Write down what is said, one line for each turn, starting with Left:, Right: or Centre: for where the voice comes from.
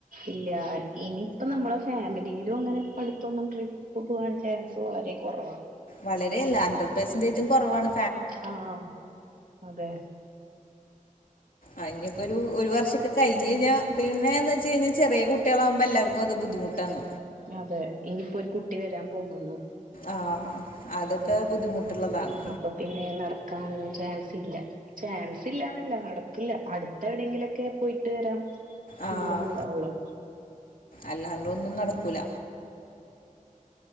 Right: ഇല്ല്യാ. ഇനിപ്പ നമ്മളെ ഫാമിലീലും അങ്ങനെ ഇപ്പടുത്തൊന്നും ട്രിപ്പ് പോവാൻ ചാൻസ് വളരെ കൊറവാ.
Left: വളരെ അല്ല ഹൺഡ്രഡ് പെർസെന്റേജും കൊറവാണ്.
Right: ആഹ് അതെ.
Left: അയിഞ്ഞൊക്കൊരു ഒരു വർഷൊക്കെ കഴിഞഴിഞ്ഞാ പിന്നേന്നെച്ചഴിഞ്ഞാ ചെറിയ കുട്ടികളാവുമ്പെല്ലാര്ക്കും അത് ബുദ്ധിമു ട്ടാണ്.
Right: അതെ ഇനിയിപ്പോ ഒരു കുട്ടി വരാൻ പോകുന്നു.
Left: ആഹ് അതൊക്കെ ബുദ്ധിമുട്ട്ള്ളതാണ്.
Right: അപ്പൊ പിന്നെ നടക്കാൻ ചാൻസില്ല. ചാൻസില്ലാന്നല്ല നടക്കില്ല. അടുത്ത എവിടെയെങ്കിലൊക്കെ പോയിട്ട് വരാം.
Left: ആഹ്
Right: നല്ലതുണ്ടാവുള്ളൂ
Left: അല്ലാണ്ടൊന്നും നടക്കൂല.